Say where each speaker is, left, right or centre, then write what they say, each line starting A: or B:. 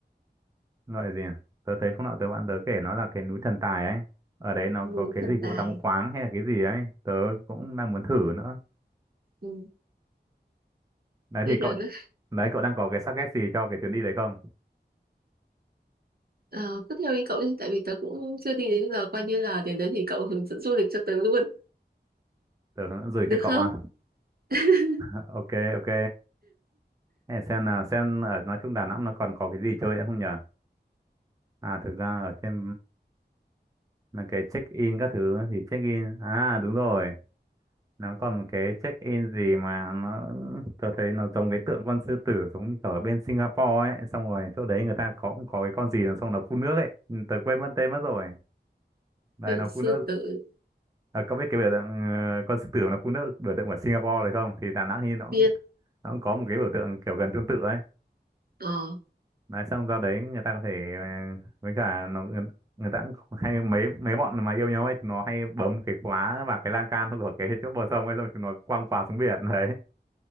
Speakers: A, on the right; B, on the right.
A: gọi là gì nhỉ? Tớ thấy hôm nọ tớ bạn tớ kể nó là cái núi Thần Tài ấy. Ở đấy nó
B: ừ
A: có cái
B: thần
A: dịch vụ
B: tài
A: tắm khoáng hay là cái gì ấy, tớ cũng đang muốn thử nữa.
B: ừ,
A: Đấy
B: nghe
A: thì
B: được
A: cậu
B: đấy
A: đấy cậu đang có cái suggest gì cho cái chuyến đi đấy không?
B: Ờ, cứ theo ý cậu đi tại vì tớ cũng chưa đi đến giờ coi như là đến đấy thì cậu hướng dẫn du lịch cho tớ luôn
A: Tớ gửi
B: được
A: cho cậu
B: không
A: à.
B: <laughs>
A: <laughs> Ok ok. Thế Xem là xem ở nói chung Đà Nẵng nó còn có cái gì chơi nữa không nhỉ? À thực ra ở trên là cái check in các thứ thì check in à đúng rồi nó còn một cái check in gì mà nó tôi thấy nó giống cái tượng con sư tử giống như ở bên Singapore ấy xong rồi chỗ đấy người ta có cũng có cái con gì nó xong nó phun nước ấy Ừ, tớ quên mất tên mất rồi đây
B: Tượng
A: nó
B: sư
A: phun nước
B: tử
A: à, cậu biết cái biểu tượng ờ, con sư tử nó phun nước biểu tượng của Singapore đấy không thì Đà Nẵng thì nó cũng,
B: biết
A: nó cũng có một cái biểu tượng kiểu gần tương tự ấy
B: ờ
A: Nói xong ra đấy người ta có thể ờ, với cả nó người, người ta cũng hay mấy mấy bọn mà yêu nhau ấy chúng nó hay bấm cái khóa và cái lan can của cái chỗ bờ sông ấy xong chúng nó quăng khóa xuống biển <laughs> đấy